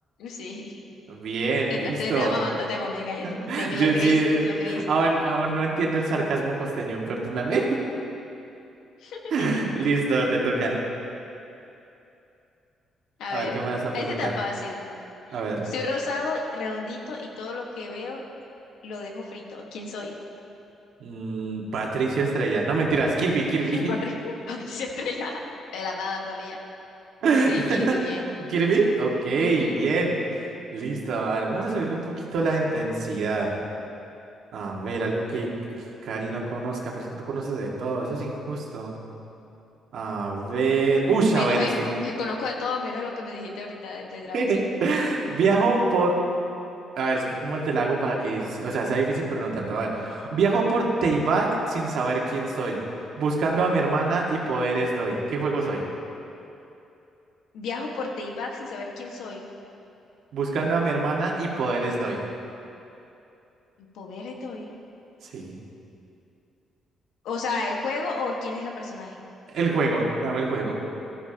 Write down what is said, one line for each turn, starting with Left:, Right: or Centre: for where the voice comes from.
Left: Sí, <laughs>
Right: Bien,
Left: te,
Right: listo.
Left: ta- te estaba mamando, te mamé gallo, te, ma-
Right: <laughs>
Left: te que
Right: Yo
Left: lo creíste,
Right: sí, eh,
Left: te lo creíste.
Right: aún, aún no entiendo el sarcasmo costeño, perdóname.
Left: <laughs>
Right: <laughs> Listo, te toca.
Left: A
Right: A
Left: ver,
Right: ver, ¿qué me vas a
Left: este
Right: preguntar?
Left: está fácil.
Right: A ver.
Left: Soy rosado, redondito y todo lo que veo lo dejo frito. ¿Quién soy?
Right: Mm, Patricia Estrella. No mentiras, Kirby, Kirby.
Left: <laughs> Patri- Patricia Estrella. De la nada salía.
Right: <laughs>
Left: Sí, Kirby, bien.
Right: ¿Kirby? Ok,
Left: Ujú.
Right: bien. Listo. A ver, vamos a subirle un poquito la intensidad. A ver, algo que, que Cari no conozca, pero es que tú conoces de todo, eso es injusto. A ver, uy,
Left: Menos
Right: a ver,
Left: es,
Right: sí.
Left: <laughs> me conozco de todo, menos lo que me dijiste ahorita del de Dragoncito.
Right: <laughs> Viajo por, a ver, es que cómo te la hago para que, s- o sea, sea difícil, pero no tanto. A ver, viajo por Teibat sin saber quién soy, buscando a mi hermana y poderes doy. ¿Qué juego soy?
Left: Viajo por Teyvat sin saber quién soy.
Right: Buscando a mi hermana y poderes doy.
Left: Y poder estoy.
Right: Sí.
Left: O sea, ¿el juego o quién es la personaje?
Right: El juego, dame el juego.